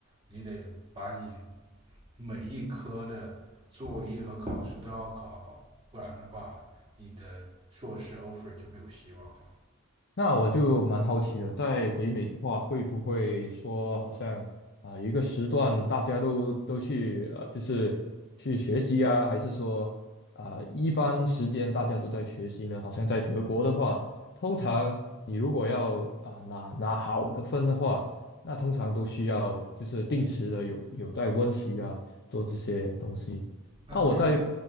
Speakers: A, on the right (about 25°); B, on the left (about 50°).
A: 你得把你每一科的作业和考试都要考好，不然的话，你的硕士 offer 就没有希望了。
B: 那我就蛮好奇的，在北美的话，会不会说好像啊、有一个时段大家都都去呃，就是去学习啊，还是说啊、一般时间大家都在学习呢？好像在德国的话，通常你如果要啊、拿拿好的分的话，那通常都需要就是定时的有有在温习啊，做这些东西。
A: 那当然，
B: 那我在